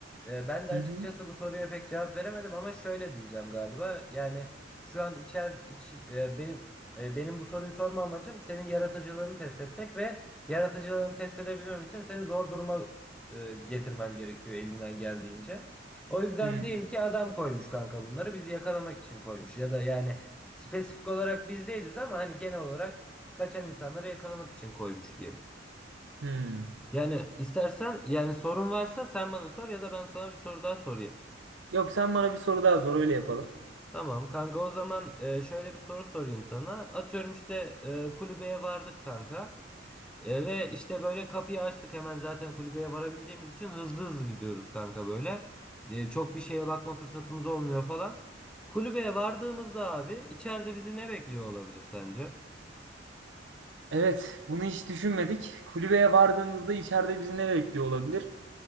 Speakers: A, in the centre; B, on the right.
A: Ee, ben de
B: Hı
A: açıkçası
B: hı.
A: bu soruya pek cevap veremedim ama şöyle diyeceğim galiba. Yani şu an içer iç e, benim e, benim bu soruyu sorma amacım senin yaratıcılığını test etmek ve yaratıcılığını test edebilmem için seni zor duruma e, getirmem gerekiyor elimden geldiğince. O yüzden
B: Hı
A: diyeyim ki adam koymuş kanka bunları bizi yakalamak için koymuş ya da yani spesifik olarak biz değiliz ama hani genel olarak kaçan insanları yakalamak için koymuş diyeyim.
B: hı.
A: Yani istersen yani sorun varsa sen bana sor ya da ben sana bir soru daha sorayım.
B: Yok sen bana bir soru daha sor öyle yapalım.
A: Tamam kanka o zaman e, şöyle bir soru sorayım sana. Atıyorum işte e, kulübeye vardık kanka. E, ve işte böyle kapıyı açtık hemen zaten kulübeye varabildiğimiz için hızlı hızlı gidiyoruz kanka böyle. E, çok bir şeye bakma fırsatımız olmuyor falan. Kulübeye vardığımızda abi içeride bizi ne bekliyor olabilir sence?
B: Evet bunu hiç düşünmedik. Kulübeye vardığımızda içeride bizi ne bekliyor olabilir?